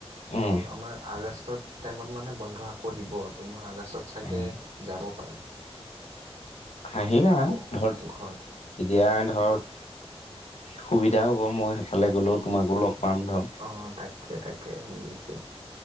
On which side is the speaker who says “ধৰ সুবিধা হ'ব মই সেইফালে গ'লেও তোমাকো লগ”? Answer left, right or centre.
Left